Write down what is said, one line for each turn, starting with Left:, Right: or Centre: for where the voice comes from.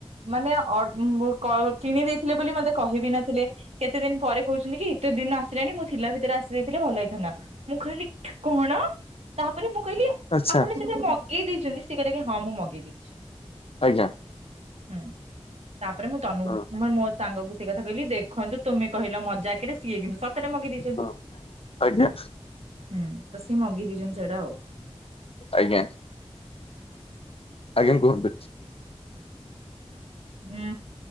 Right: ମାନେ ଅ କିଣି ଦେଇଥିଲେ ବୋଲି ମତେ କହିବି ନଥିଲେ କେତେ ଦିନ ପରେ କହୁଛନ୍ତି କି ଏତେ ଦିନ ଆସିଲାଣି ମଁ ଥିଲା ଭିତରେ ଆସି ଦେଇେଇଥିଲେ ଭଲ ହେଇଥାନ୍ତାମୁଁ କହିଲି କଣ ତାପରେ କହିଲି
Left: ଆଚ୍ଛା
Right: ଆପଣ ସେତା ମଗେଇ ଦେଇଛନ୍ତି ସେକ ହଁ ମୁଁ ମଗେଇ ଦେଇେଇଛି
Left: ଆଜ୍ଞା
Right: ହଁ ତାପରେ ମୁଁ ତନୁ
Left: ହଁ
Right: ମ ସାଙ୍ଗକୁ ସେ କଥା କହିଲି ଦେଖନ୍ତୁ ତୁମେ କହିଲ ମ ଜାକି ସିଏ କିନ୍ତୁ ସତରେ ମଗେଇ ଦେଇଛନ୍ତି
Left: ହଁ ଆଜ୍ଞା
Right: ହୁଁ ତ ସି ମଗି ଦେଇଛନ୍ତି ସେଟା ଆଉ
Left: ଆଜ୍ଞା ଆଜ୍ଞା କୁହନ୍ତୁ
Right: ହୁଁ